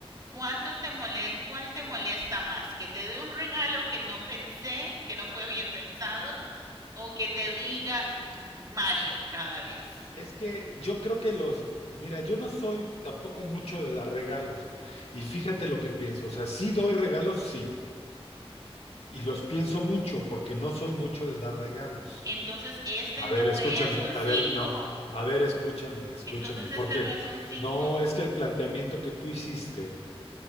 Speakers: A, on the right; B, on the left.
A: ¿Cuánto te mole- ¿Cuál te molesta más? ¿Que te dé un regalo que no pensé, que no fue bien pensado, o que te diga Mario cada vez?
B: Es que yo creo que los, mira, yo no soy tampoco mucho de dar regalos. Y fíjate lo que pienso, o sea, sí doy regalos, sí, y los pienso mucho porque no soy mucho de dar regalos.
A: Entonces, este
B: A
A: no
B: ver, escúchame,
A: es un
B: a
A: 5.
B: ver, no, a ver, escúchame, escúchame,
A: Entonces,
B: porque
A: este no es un cinco.
B: no es que el planteamiento que tú hiciste